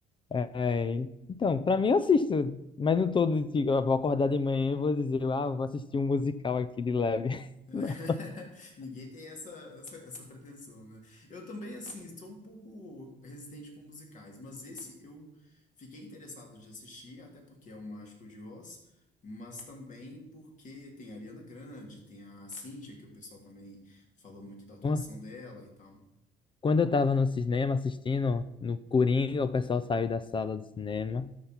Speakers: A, on the left (about 30°); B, on the left (about 50°).
A: é, então, pra mim eu assisto, mas não todo dia. Eu vou acordar de manhã e vou dizer, ah, vou assistir um musical aqui de leve. <laughs>
B: <laughs>
A: Não.
B: Ninguém tem essa, essa, essa pretensão, né? Eu também, assim, sou um pouco resistente com musicais, mas esse eu fiquei interessado de assistir, até porque é o Mágico de Oz, mas também porque tem a Ariana Grande, tem a Cíntia, que o pessoal também falou muito da atuação
A: Quan-
B: dela e tal.
A: Quando eu tava no cinema assistindo, no Coringa, o pessoal saiu da sala do cinema.